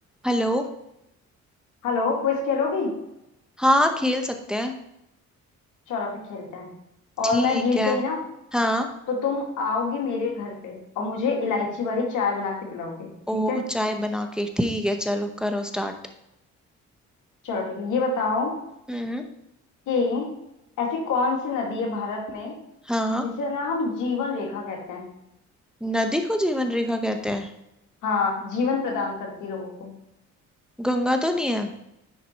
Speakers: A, in the centre; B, on the left.
A: Hello
B: Hello Quiz खेलोगी
A: हाँ खेल सकते हैं
B: चलो फिर खेलते हैं
A: ठीक
B: और मैं जीत
A: है
B: गई ना
A: हाँ
B: तो तुम आओगी मेरे घर पे और मुझे इलायची वाली चाय बना के पिलाओगे ठीक
A: ओ
B: है
A: चाय बना के ठीक है चलो करो स्टार्ट
B: चलो ठीक है ये बताओ
A: हम्म
B: कि ऐसी कौन सी नदी है भारत में
A: हाँ
B: जिसे ना हम जीवन रेखा कहते हैं
A: नदी को जीवन रेखा कहते हैं
B: हाँ जीवन प्रदान करती है लोगों को
A: गंगा तो नहीं है